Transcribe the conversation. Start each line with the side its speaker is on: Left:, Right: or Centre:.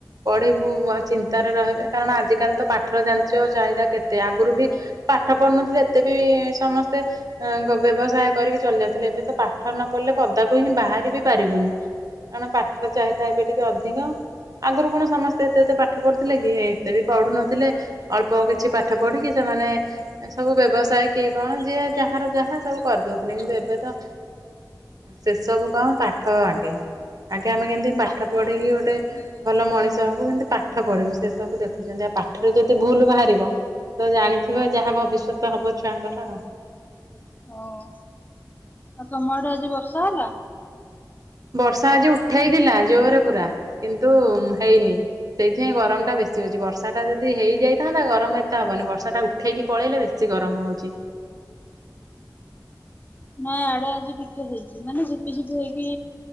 Right: ପଢ଼ିବୁ ଚିନ୍ତାରେ ରହିବେ, କାରଣ ଆଜିକାଲି ତ ପାଠର ଜାଣିଚ ଚାହିଦା କେତେ? ଆଗରୁ ବି ପାଠ ପଢୁନଥିଲେ ଏତେ ବି ସମସ୍ତେ ବ୍ୟବସାୟ କରିକି ଚଳି ଯାଉଥିଲେ, ଏବେ ତ ପାଠ ନ ପଢିଲେ ପଦାକୁ ହିଁ ବାହାରି ବିି ପାରିବୁନି। କାରଣ ପାଠର ଚାହିଦା ଏବେ ଟିକେ ଅଧିକ। ଆଗରୁ କଣ ସମସ୍ତେ ଏତେ ଏତେ ପାଠ ପଢୁଥିଲେ କି। ଏତେ ବି ପଢୁ ନଥିଲେ। ଅଳ୍ପ କିଛି ପାଠ ପଢିକି ସେମାନେ ଏ ସବୁ ବ୍ୟବସାୟ କିଏ କଣ ଯିଏ ଯାହାର ଯାହା ସବୁ କରିଦଉଥିଲେ। କିନ୍ତୁ ଏବେ ତ ସେସବୁ କଣ ପାଠ ଆଗେ। ଆଗେ ଆମେ କେମିତି
Left: ହଁ।
Right: ପାଠ ପଢିକି ଗୋଟେ ଭଲ ମଣିଷ ହବୁ, କେମତି ପାଠ ପଢିବୁ, ସେ ସବୁ ଦେଖୁଚନ୍ତି। ଆଉ ପାଠରେ ଯଦି ଭୁଲ ବାହାରିବ। ତ ଜାଣିଥିବ ଯାହା ଭବିଷ୍ୟତ ହବ ଛୁଆଙ୍କର।
Left: ହଁ। ଆଉ ତୋମ ଆଡେ ଆଜି ବର୍ଷା ହେଲା?
Right: ବର୍ଷା ଆଜି ଉଠେଇଥିଲା ଜୋରେ ପୁରା କିନ୍ତୁ ହେଇନି। ସେଇଥିପାଇଁ ଗରମ ଟା ବେଶୀ ହଉଚି। ବର୍ଷା ଟା ଯଦି ହେଇଯାଇଥାନ୍ତା ଗରମ ଏତେ ହବନି ବର୍ଷା ଟା ଉ ଉଠେଇକି ପଳେଇଲେ ବେଶୀ ଗରମ ହଉଚି।
Left: ନା ଆଡେ ଆଜି ଟିକେ ହେଇଚି। ମାନେ ଝିପି ଝିପି ହେଇକି